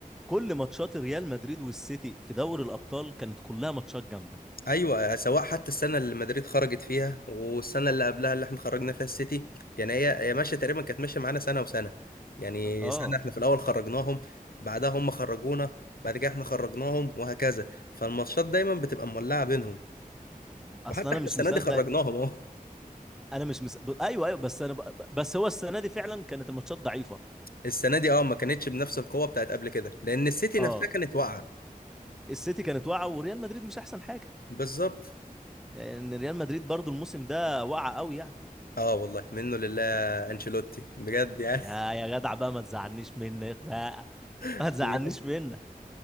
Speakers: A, in the centre; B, on the left.
A: كل ماتشات ريال مدريد والسيتي في دوري الابطال كانت كلها ماتشات جامده
B: ايوه آه، سواء حتى السنه اللي مدريد خرجت فيها والسنه اللي قبلها اللي احنا خرجنا فيها السيتي يعني هي هي ماشيه تقريبا كانت ماشيه معانا سنه وسنه يعني
A: اه
B: سنه احنا في الاول خرجناهم بعدها هم خرجونا بعد كده احنا خرجناهم وهكذا فالماتشات دايما بتبقى مولعه بينهم
A: اصل
B: وحتى
A: انا
B: احنا
A: مش
B: السنه
A: مصدق
B: دي خرجناهم اهو
A: انا مش مصدق ب- ايوه ايوه بس انا ب... ب- بس هو السنه دي فعلا كانت الماتشات ضعيفه
B: <laughs> السنه دي اه ما كانتش بنفس القوه بتاعت قبل كده لان السيتي
A: اه
B: نفسها كانت واقعه
A: السيتي كانت واقعه وريال مدريد مش احسن حاجه
B: بالظبط
A: ان ريال مدريد برضو الموسم ده واقعه قوي يعني
B: اه والله منه لله انشيلوتي بجد يعني
A: يا يا جدع بقى ما تزعلنيش منك بقى <laughs> ما
B: <laughs>
A: تزعلنيش منك